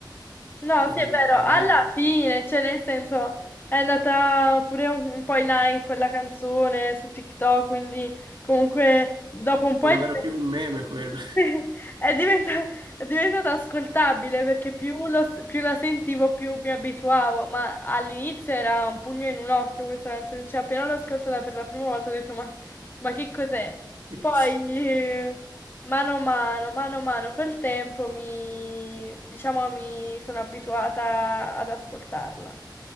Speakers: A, on the left; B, on the right.
A: No,
B: come dire,
A: sì, è vero,
B: ai
A: alla
B: vecchi.
A: fine, cioè nel senso, è andata pure un, un po' in hype la canzone su TikTok, quindi comunque dopo un po'
B: Come
A: è diventata
B: era più un meme quello.
A: <laughs> È diventa- è diventata ascoltabile perché più, lo- più la sentivo più mi abituavo, ma all'inizio era un pugno in un occhio questa canzone, cioè appena l'ho ascoltata per la prima volta ho detto ma, ma che cos'è?
B: <laughs>
A: Poi eh, mano a mano, mano a mano col tempo mi, diciamo, mi sono abituata ad ascoltarla.